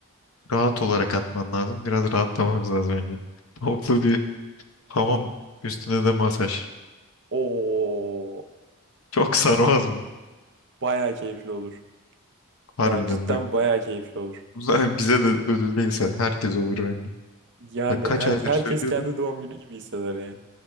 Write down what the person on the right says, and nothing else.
Oo,
baya keyifli olur.
Ya cidden
baya keyifli olur.
Yani
her,
herkes
kendi doğum günü gibi hisseder yani.